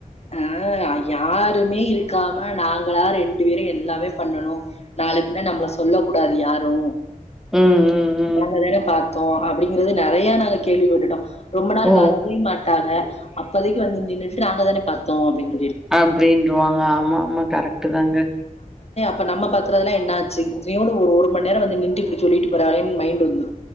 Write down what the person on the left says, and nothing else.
அனால யாருமே இருக்காம நாங்களா ரெண்டு பேரு எல்லாமே பண்ணனு நாள பின்னா நம்மள சொல்ல கூடாது யாரு
நாங்கதான பாத் தோ அப்பிடிங்கறது நெறையா நாங்க கேள்விபட்டுட்டோ ரொம்ப நாள்
வரவே மாட்டாங்க அப்பதைக்கி வந்து நின்னுட்டு நாங்க தானே பாத்தோ அப்பிடின்
இப்ப நம்ம பாத்துறதுலா என்ன ஆச்சி இத்தியோட ஒரு மணி வந்து நின்ட்டு இப்புடி சொல்லிட்டு போறக்லேன்னு மைண்ட் வந்து